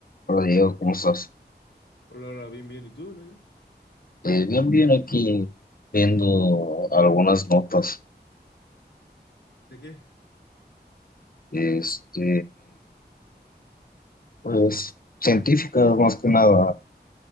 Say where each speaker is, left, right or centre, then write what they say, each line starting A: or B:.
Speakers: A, on the left; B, on the left.
A: Hola Diego, ¿cómo estás?
B: Hola, hola, bien, bien. ¿Y tú, Nain?
A: Eh, bien, bien, aquí viendo algunas notas,
B: ¿De qué?
A: este, pues científicas más que nada.